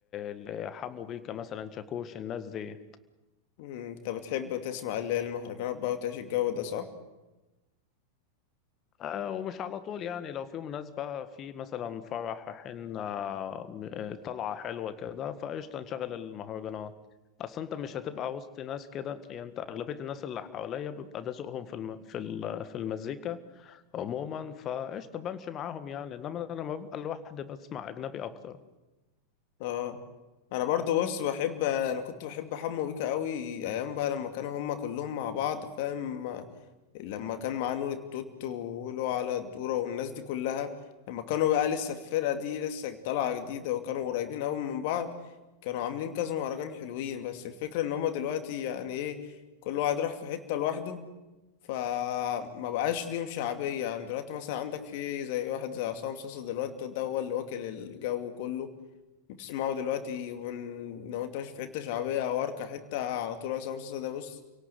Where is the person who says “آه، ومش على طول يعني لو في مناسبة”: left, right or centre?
Left